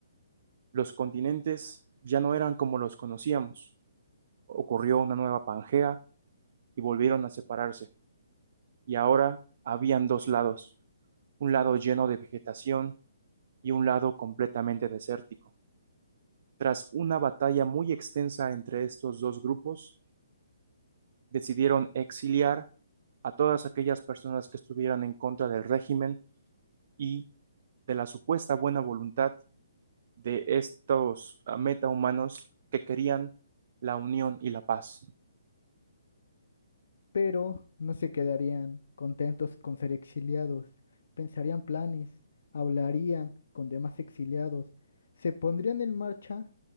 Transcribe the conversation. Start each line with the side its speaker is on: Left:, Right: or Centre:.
Right: Los continentes ya no eran como los conocíamos. Ocurrió una nueva Pangea y volvieron a separarse. Y ahora habían dos lados un lado lleno de vegetación y un lado completamente desértico. Tras una batalla muy extensa entre estos dos grupos, decidieron exiliar a todas aquellas personas que estuvieran en contra del régimen y de la supuesta buena voluntad de estos ah, metahumanos que querían la unión y la paz.
Left: pero no se quedarían contentos con ser exiliados. Pensarían planes, hablarían con demás exiliados, se pondrían en marcha